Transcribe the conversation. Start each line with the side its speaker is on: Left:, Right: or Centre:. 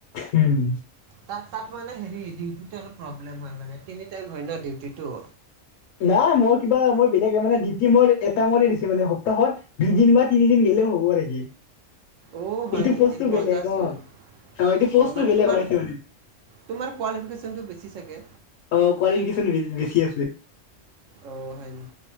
Left: উম।
Right: তাত তাত মানে হেৰি ডিউটিটো অলপ প্ৰব্লেম হয় মানে তিনি টাইম হয় ন ডিউটিটো।
Left: নাই মই কিবা মই বেলেগ মানে ডিউটি মোৰ এটা মৰে দিছে মানে সপ্তাহত দুইদিন বা তিনিদিন গেলি হ'ব নেকি।
Right: অ' হয়
Left: এইটো
Right: নেকি
Left: পষ্ট ও
Right: মজাচোন
Left: বেলেগ অ', অ', এইটো পষ্টও
Right: অঁ মানে
Left: বেলেগ
Right: তোমাৰ
Left: ওলাইছে মানে।
Right: তোমাৰ কোৱালিফিকেশ্যনটো বেছি চাগে
Left: আহ কোৱালিফিকেশচন বেছি আছে।
Right: অ', হয় নি?